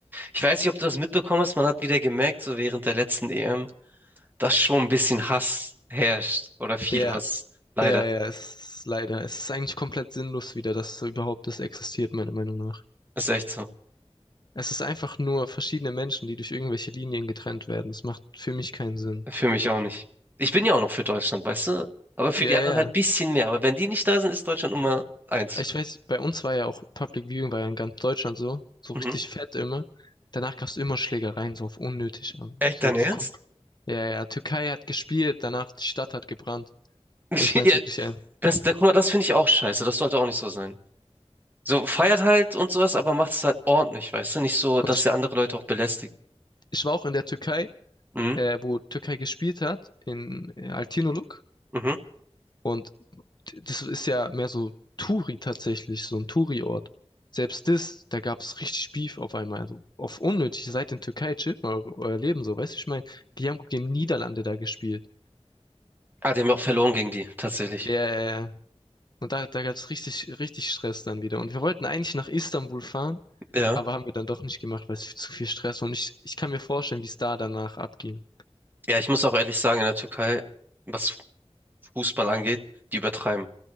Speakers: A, on the right; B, on the left.
A: ich weiß nicht, ob du das mitbekommen hast, man hat wieder gemerkt, so während der letzten EM, dass schon ein bisschen Hass herrscht oder viel
B: Ja.
A: Hass. Leider.
B: Ja, ja, es ist leider. Es ist eigentlich komplett sinnlos wieder, dass so überhaupt das existiert, meiner Meinung nach.
A: Ist echt so.
B: Es ist einfach nur verschiedene Menschen, die durch irgendwelche Linien getrennt werden. Das macht für mich keinen Sinn.
A: Für mich auch nicht. Ich bin ja auch noch für Deutschland, weißt du? Aber für
B: Ja,
A: die anderen
B: ja.
A: halt ein bisschen mehr. Aber wenn die nicht da sind, ist Deutschland Nummer eins.
B: Ich weiß, bei uns war ja auch Public Viewing war ja in ganz Deutschland so, so
A: Mhm.
B: richtig fett immer. Danach gab es immer Schlägereien, so auf unnötig, aber
A: Echt
B: so
A: dein
B: auf
A: Ernst?
B: komp. Ja, ja, Türkei hat gespielt, danach die Stadt hat gebrannt.
A: <laughs>
B: Ich meine
A: Ja,
B: es wirklich ernst.
A: das, da, guck mal, das finde ich auch scheiße. Das sollte auch nicht so sein. So, feiert halt und sowas, aber macht es halt ordentlich, weißt du? Nicht so, dass
B: Und ich,
A: ihr andere Leute auch belästigt.
B: ich war auch in der Türkei,
A: Mhm.
B: äh, wo Türkei gespielt hat, in äh, Altinoluk.
A: Mhm.
B: Und das ist ja mehr so Touri tatsächlich, so ein Touri-Ort. Selbst das, da gab es richtig Beef auf einmal. Also auf unnötig, ihr seid in Türkei, chillt mal eure, euer Leben so, weißt du, ich meine, die haben gegen Niederlande da gespielt.
A: Ah, die haben wir auch verloren gegen die, tatsächlich.
B: Ja, ja, ja. Und da, da gab es richtig, richtig Stress dann wieder. Und wir wollten eigentlich nach Istanbul fahren,
A: Ja.
B: aber haben wir dann doch nicht gemacht, weil es viel- zu viel Stress war. Und ich, ich kann mir vorstellen, wie es da danach abging.
A: Ja, ich muss auch ehrlich sagen, in der Türkei, was Fußball angeht, die übertreiben.